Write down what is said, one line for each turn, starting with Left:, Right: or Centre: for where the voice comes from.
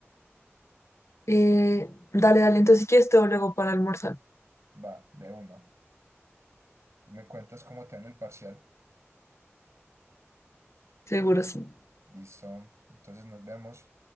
Left: Eh, dale, dale, entonces si quieres te veo luego para almorzar.
Right: va, de una. Me cuentas cómo te va en el parcial.
Left: Seguro sí.
Right: Listo, entonces nos vemos.